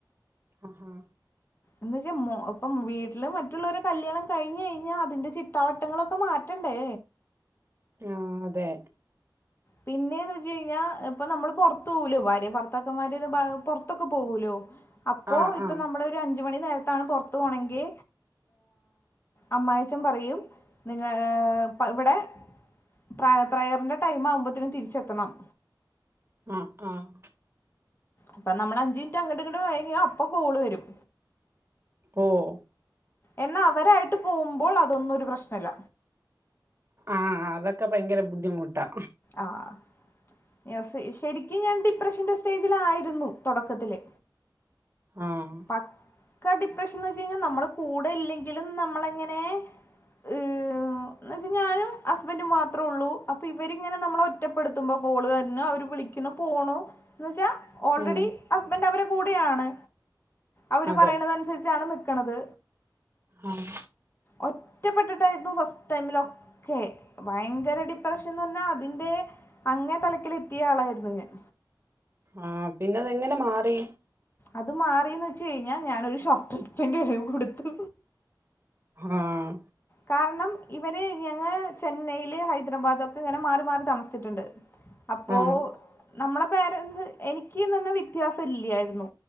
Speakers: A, on the right; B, on the left.
A: അഹാ
B: എന്ന്വെച്ചാ ഇപ്പം വീട്ടില് മറ്റുള്ളവര് കല്യാണം കഴിഞ്ഞ് കഴിഞ്ഞാ അതിന്റെ ചിട്ടാവട്ടങ്ങളൊക്കെ മാറ്റണ്ടേ
A: ആഹ് അതെ
B: പിന്നെയെന്നു വെച്ചു കഴിഞ്ഞാ ഇപ്പ നമ്മൾ പുറത്തു പോവൂലോ ഭാര്യാ ഭർത്താക്കന്മാര് പൊറത്തൊക്കെ പോവൂലോ അപ്പോ
A: ആഹ്
B: ഇപ്പൊ
A: ആഹ്
B: നമ്മളൊരു അഞ്ചു മണി നേരത്താണ് പൊറത്തു പോണെങ്കി അമ്മായിയച്ഛൻ പറയും നിങ്ങള് ഇവിടെ പ്ര പ്രയറിന്റെ ടൈം ആവുമ്പത്തേനും തിരിച്ചെത്തണം
A: ആഹ് ആഹ്
B: ഇപ്പ നമ്മൾ അഞ്ച് മിനിറ്റ് അങ്ങട് ഇങ്ങട് വൈകിയാ അപ്പൊ കോള് വരും
A: ഓഹ്
B: എന്നാ അവരായിട്ട് പോകുമ്പോൾ അതൊന്നും ഒരു പ്രശ്നല്ല
A: ആഹ് അതൊക്കെ ഭയങ്കര ബുദ്ധിമുട്ടാ
B: ആഹ് ശരിക്കും ഞാൻ ഡിപ്രഷന്റെ സ്റ്റേജിലായിരുന്നു തൊടക്കത്തില്
A: ആഹ്
B: പക്കാ ഡിപ്രഷൻ എന്ന് വെച്ചു കഴിഞ്ഞാൽ നമ്മുടെ കൂടെയില്ലെങ്കിലും നമ്മളെങ്ങനെ എന്നു വെച്ചാൽ ഞാനും ഹസ്ബൻഡും മാത്രേ ഉള്ളൂ അപ്പ ഇവരിങ്ങനെ നമ്മളെ ഒറ്റ് റ്റപ്പെടുത്തുമ്പോ കോൾ വരണു അവര് വിളിക്കുന്നു പോണു എന്നുവെച്ച ഓൾറെഡി
A: ഉം
B: ഹസ്ബൻഡ് അവരെ കൂടെയാണ് അവര്
A: അതെ
B: പറയണതനുസരിച്ചാണ് നിക്കണത്
A: ആഹ്
B: ഒറ്റപ്പെട്ടിട്ടായിരുന്നു ഫസ്റ്റ് ടൈമിൽ ഒക്കെ ഭയങ്കര ഡിപ്രഷൻ എന്ന് പറഞ്ഞാൽ അതിന്റെ അങ്ങേ തലക്കലെത്തിയ ആളായിരുന്നു ഞാൻ
A: ആഹ് പിന്നതെങ്ങനെ മാറി
B: അത് മാറീന്ന് വെച്ചു കഴിഞ്ഞാ ഞാനൊരു ഷോക്ക് ട്രീറ്റ്മെൻ്റ് കൊടുത്തു
A: ആഹ്
B: കാരണം ഇവര് ഞങ്ങ ചെന്നൈയില് ഹൈദരാബാദൊക്കെ ഇങ്ങനെ മാറി മാറി താമസിച്ചിട്ടുണ്ട് അപ്പോ
A: ആഹ്
B: നമ്മളെ പേരൻസ് എനിക്ക്ന്ന്‌റഞ്ഞ വ്യത്യാസം ഇല്യാരുന്നു